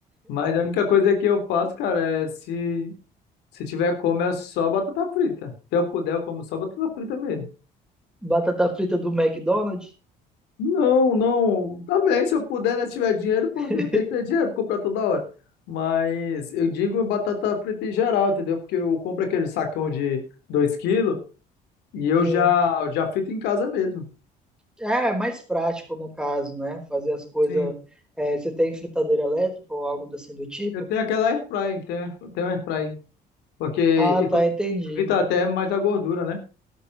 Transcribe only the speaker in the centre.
batata frita do McDonald's,
<laughs>
sim.
É é mais prático no caso, né? Fazer as coisas.
é, você tem fritadeira elétrica ou algo assim do tipo?
Ah, tá, entendi.